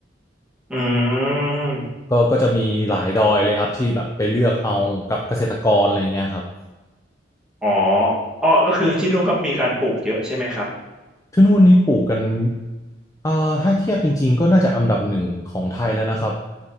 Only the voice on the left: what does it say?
ก็ก็จะมีหลายดอยเลยครับที่แบบไปเลือกเอากับเกษตรกรอะไรเงี้ยครับ
ที่นู่นนี้ปลูกกันเอ่อถ้าเทียบจริงๆก็น่าจะอันดับหนึ่งของไทยแล้วนะครับ